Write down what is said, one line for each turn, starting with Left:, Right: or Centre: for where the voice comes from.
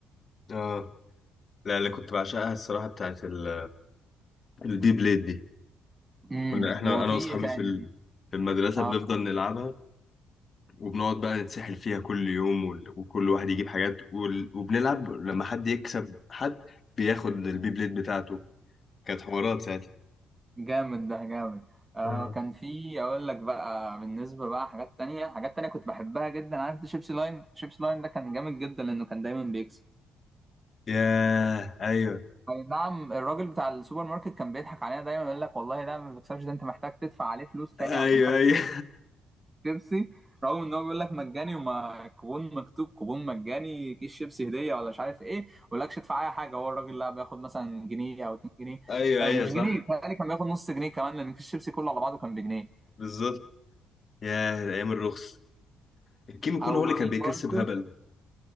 Left: اه لا اللي كنت بعشقها الصراحه بتاعت ال... البي بليد دي
Right: امم
Left: كنا احنا
Right: وفي
Left: انا واصحابي
Right: إيه تاني
Left: في ال- في المدرسه
Right: اه
Left: بنفضل نلعبها وبنقعد بقى نتسحل فيها كل يوم وال- وكل واحد يجيب حاجات وال- وبنلعب لما حد يكسب حد بياخد البي بليد بتاعته كانت حوارات ساعتها
Right: جامد ده جامد آه
Left: آه.
Right: كان في اقول لك بقى بالنسبه بقى حاجات تانية حاجات تانية كنت بحبها جدا عارف ده شيبسي لاين شيبسي لاين ده كان جامد جدا لانه كان دايما بيكسب
Left: ياه ايوه
Right: اي نعم الراجل بتاع السوبر ماركت كان بيضحك علينا دايما يقول لك والله ده ما بيكسبش ده انت محتاج تدفع عليه فلوس تاني
Left: ايوه
Right: عشان تاخد
Left: ايوه
Right: شيبسي رغم ان هو بيقول لك مجاني وما كوبون مكتوب كوبون مجاني كيس شيبسي هديه ولا مش عارف ايه ما يقولكش ادفع اي حاجه هو الراجل لا بياخد مثلا جنيه او 2 جنيه
Left: <laughs> ايوه
Right: آه
Left: ايوه
Right: مش
Left: صح
Right: جنيه بيتهيألي كان بياخد نص جنيه كمان لان كيس شيبسي كله على بعضه كان بجنيه
Left: بالظبط ياه ايام الرخص الكيمو كونو
Right: او
Left: هو اللي
Right: في
Left: كان بيكسب
Right: برضه
Left: هبل